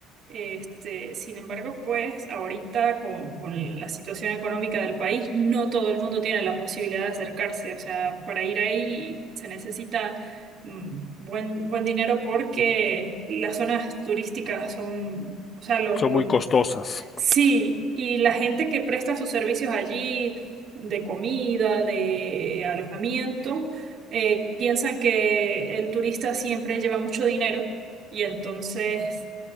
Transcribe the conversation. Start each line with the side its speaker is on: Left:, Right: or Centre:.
Right: Este, sin embargo, pues ahorita con, con la situación económica del país, no todo el mundo tiene la posibilidad de acercarse. O sea, para ir ahí se necesita mm, buen, buen dinero porque las zonas turísticas son, o sea, los
Left: Son muy costosas.
Right: Sí, y la gente que presta sus servicios allí, de comida, de alojamiento, eh, piensan que el turista siempre lleva mucho dinero y entonces